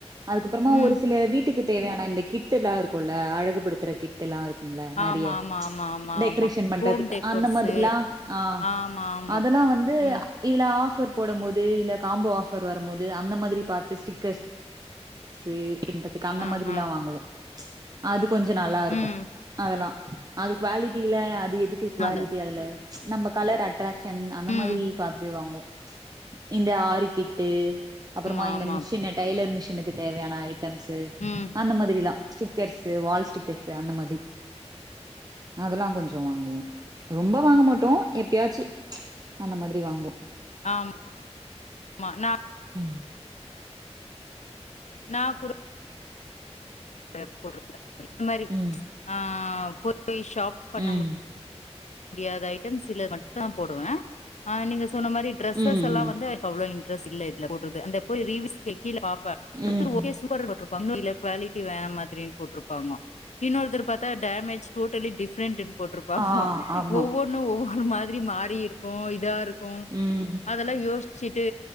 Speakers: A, on the right; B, on the left.
A: அதுக்கப்புறமா
B: ம்
A: ஒரு சில வீட்டுக்கு தேவையான இந்த கிட் டெல்லா இருக்குல அழகுபடுத்துற கிட்டெல்லா இருக் கும்ல நறைய
B: ஆமா ஆமா ஆமா ஆமா
A: டெக்ரேஷன்
B: ஆமா.
A: பண்றதுக்கு
B: ஹோம் டெக்கோர்ஸு
A: அந்த மாதிரிலா ஆ
B: ஆமா ஆமா.
A: அதெல்லா வந்து
B: ம்.
A: இதுல ஆஃபர் போடும் போது இல்ல காம்போ ஆஃபர் வரு போது அந்த மாதிரி பாத்து ஸ்டிக்கர்ஸ் சீ இந்த இதுக்கு அந்த
B: ம்,
A: மாதிரில்லா
B: ம்,
A: வாங்குவோ அது கொஞ்ச நல்லா இருக்கு
B: ம்.
A: அதெல்லா அது குவாலிட்டில அது எதுக்கு குவாலிட்டி
B: அது.
A: அதுல நம்ம கலர் அட்ராக்ஷன் அந்த
B: ம்.
A: மாதிரி பாத்து வாங்குவோ இந்த ஆரி கிட்டு
B: ஆமா
A: அப்புறமா இந்த
B: ஆமாப்பா.
A: மிஷின் டைய்லர் மிஷினுக்கு தேவையான ஐட்டம்ஸு
B: ம்.
A: அந்த மாதிரிலா ஸ்டிக்கர்ஸு வால் ஸ்டிக்கர்ஸ் அந்த மாதி அதெல்லா கொஞ்சஃ வாங்குவோ ரொம்ப வாங்க மாட்டோ எப்பயாச்சு அந்த மாதிரி வாங்குவோ
B: ஆம் மா நா
A: ம்
B: நா கூடோ போ போட்ருக்கு இந் மாரி
A: ம்
B: ஆ போயி ஷாப் பண்ண
A: ம்
B: முடியாத ஐட்டம்ஸுல மட்டு தா போடுவே அ நீங்க சொன்ன மாரி டிரெஸ்ஸஸெல்லா
A: ம்
B: வந்து அவ்ளோ இன்டரெஸ் இல்ல இதுல போட்றது அந்த போய் ரிவ்யூஸ்கு கீழ பாப்பா
A: ம்
B: ஒருத்தர்
A: ம்
B: ஓகே சூப்பர் ட்ரு பண்ணுல குவாலிட்டி வேற மாதிரின்னு போட்ருப்பாங்க இன்னொருத்தர் பாத்த டேமேஜ் டோட்டலி டிஃப்ரண்டுன் போட்ருப்
A: ஆ ஆமா
B: ஒவ்வொன்னு ஒவ்வொரு மாரி மாறி இருக்கு இதா இருக்கு அ
A: ம்
B: அதெல்லா யோச்சுட்டு